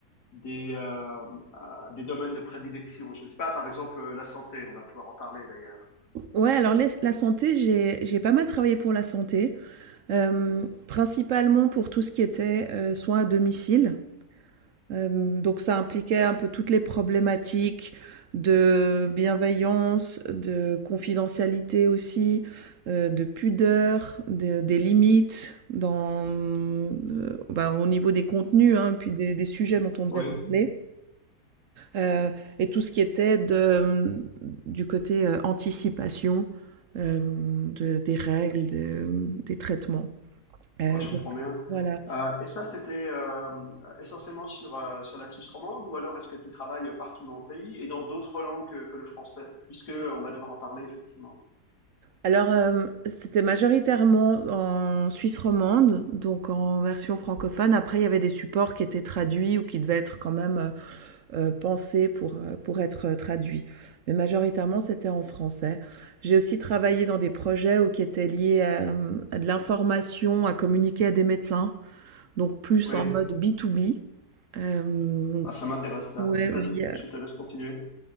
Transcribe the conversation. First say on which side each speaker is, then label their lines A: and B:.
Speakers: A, on the left (about 80°); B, on the right (about 60°).
A: des, euh, euh, des domaines de prédilection? Je ne sais pas, par exemple, euh, la santé, on va pouvoir en parler d'ailleurs.
B: Ouais, alors les- la santé, j'ai j'ai pas mal travaillé pour la santé, euh, principalement pour tout ce qui était euh, soins à domicile. Euh, donc ça impliquait un peu toutes les problématiques de bienveillance, de confidentialité aussi, euh, de pudeur, de- des limites dans, euh, ben, au niveau des contenus, hein, puis des, des sujets dont on devait
A: Oui,
B: parler. Euh, et tout ce qui était de, du côté euh, anticipation euh, de- des règles, de- des traitements. Euh,
A: ouais, je
B: donc,
A: comprends bien.
B: voilà.
A: Euh, et ça, c'était euh, essentiellement sur, euh, sur la Suisse romande ou alors est-ce que tu travailles partout dans le pays et dans d'autres langues que, que le français, puisque on va devoir en parler effectivement.
B: Alors, euh, c'était majoritairement en Suisse romande, donc en version francophone. Après, il y avait des supports qui étaient traduits ou qui devaient être quand même euh, euh, pensés pour, euh, pour être euh, traduits. Mais majoritairement, c'était en français. J'ai aussi travaillé dans des projets où qui étaient liés à, à de l'information, à communiquer à des médecins. donc plus
A: Oui.
B: en mode b to b Hem,
A: Ah, ça m'intéresse ça.
B: ouais,
A: Vas-y,
B: via
A: je te laisse continuer.